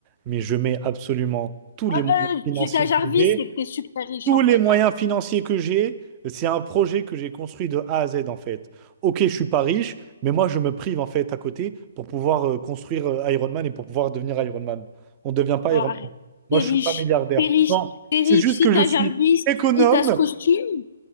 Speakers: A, on the right (about 25°); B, on the left (about 55°).
A: mais je mets absolument tous les
B: Ouais,
A: moyens
B: euh,
A: financiers
B: tu t'as Jarvis,
A: que j'ai.
B: c'est que t'es super riche,
A: Tous
B: en
A: les
B: fait,
A: moyens
B: hein.
A: financiers que j'ai, c'est un projet que j'ai construit de A à Z en fait. Ok, je suis pas riche, mais moi je me prive en fait à côté pour pouvoir euh, construire euh, Iron Man et pour pouvoir devenir Iron Man. On ne devient pas
B: Oh,
A: Iron
B: arrête.
A: Man. Moi,
B: T'es
A: je
B: riche,
A: suis pas milliardaire.
B: t'es riche,
A: Non,
B: t'es riche
A: c'est juste
B: si
A: que
B: t'as
A: je suis
B: Jarvis
A: économe
B: et t'as ce costume.